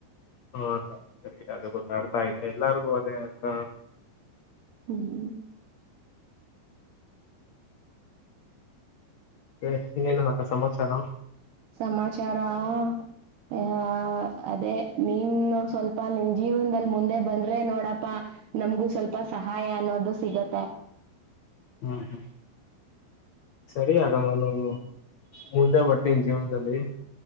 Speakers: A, on the left; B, on the right.
A: ಹಾ ಅಕ್ಕ ಸರಿ. <unintelligible> ಎಲ್ಲಾರ್ಗು ಅದೇ ಅರ್ಥ
B: ಹ್ಮ್.
A: ಎ ಇನ್ನೇನಾದಕ್ಕ ಸಮಾಚಾರ.
B: ಸಮಾಚಾರಾ. ಆ ಅದೇ ನೀನೊಂದ್ ಸ್ವಲ್ಪ ನಿನ್ ಜೀವನದಲ್ಲಿ ಮುಂದೆ ಬಂದ್ರೆ ನೋಡಪ್ಪ. ನಮಗೂ ಸ್ವಲ್ಪ ಸಹಾಯ ಅನ್ನೋದು ಸಿಗತ್ತೆ.
A: ಹ್ಮ್ ಹ್ಮ್ ಸರಿ ಅದವಲ್ಲವು ಮುಂದೆ ಹೊಟ್ಟಿನ್ ಜೀವ್ನ. ದಲ್ಲಿ